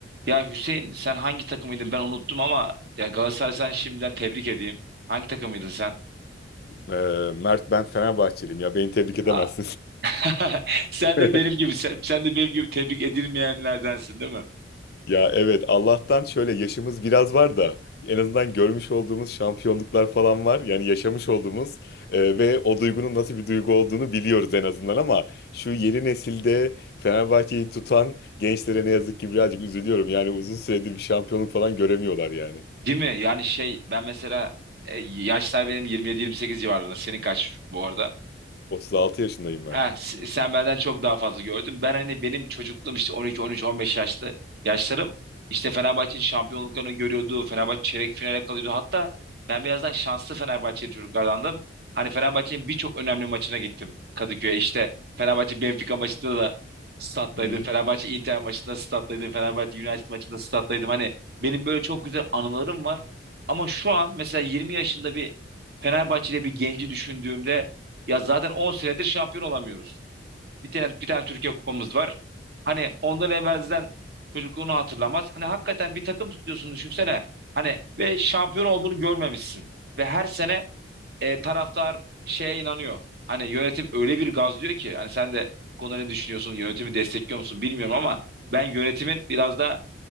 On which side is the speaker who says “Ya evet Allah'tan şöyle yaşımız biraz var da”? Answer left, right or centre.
Left